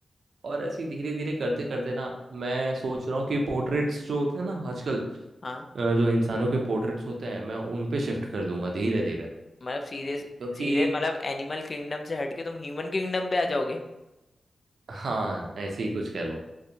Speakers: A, on the right; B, on the left.
A: और ऐसे धीरे धीरे करते करते ना मैं सोच रहा हूँ कि पोर्ट्रेट्स जो होते हैं ना आजकल
B: हाँ
A: अ, जो इंसानों के पोर्ट्रेट्स होते हैं मैं उन पे शिफ्ट कर दूंगा धीरे धीरे
B: मतलब सीधे
A: क्योंकि
B: सीधे मतलब एनिमल किंगडम से हट के तुम ह्यूमन किंगडम पे आ जाओगे
A: हाँ ऐसे ही कुछ कह लो